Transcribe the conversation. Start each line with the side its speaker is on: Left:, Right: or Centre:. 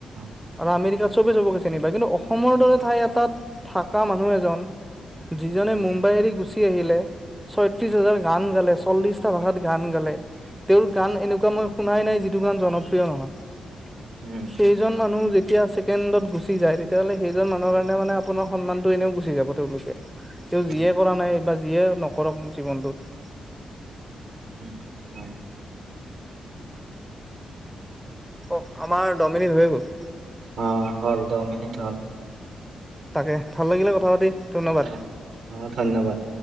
Right: হয়,
Centre: আৰু আমেৰিকা চবেই চবকে চিনিবা কিন্তু অসমৰ দৰে ঠাই এটাত থকা মানুহ এজন যিজনে
Right: হয়,
Centre: মুম্বাই এৰি গুচি আহিলে ছয়ত্ৰিশ হাজাৰ গান গালে চল্লিশটা ভাষাত গান গালে। তেওৰ গান এনেকুৱা মই শুনাই নাই যিটো গান জনপ্ৰিয় নহয়।
Right: উম,
Centre: সেইজন
Right: হয়,
Centre: মানুহ যেতিয়া আছে। কেন্দ্ৰত গুচি যায় তেতিয়াহ'লে সেইজন মানুহৰ কাৰণে মানে আপোনাৰ সন্মানটো এনেও গুচি যাব তেওলোকে। তেও
Right: উম,
Centre: যিয়ে কৰা নাই বা যিয়ে নকৰক জীৱনটোত
Right: উম, হয়।
Centre: অ, আমাৰ ডমিনিক হৈ গ'ল।
Right: অ, হল দহ মিনিট হ'ল।
Centre: তাকে ভাল লাগিলে কথা পাতি। ধন্যবাদ
Right: অ-অ ধন্যবাদ।